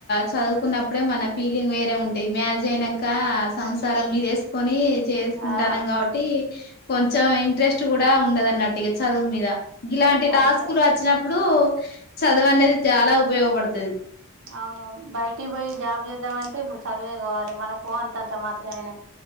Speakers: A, on the left (about 45°); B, on the right (about 55°).
A: చదువుకున్నప్పుడే మన ఫీలింగ్ వేరే ఉంటయ్ మ్యారేజ్ అయినంక సంసారం మీదేసుకొని చేసుకుంటానం
B: ఆ
A: కాబట్టి కొంచెం ఇంట్రెస్ట్ కూడా ఉండదు అన్నట్టుగా చదువు మీద గిలాంటి టాస్క్లు
B: అంతే
A: వచ్చినప్పుడు చదువు అనేది చాలా ఉపయోగపడుతది
B: అవునవును బయటికి పోయి జాబ్ చేద్దామంటే ఇప్పుడు చదువే కావాలే మనకో అంతంత మాత్రమేనే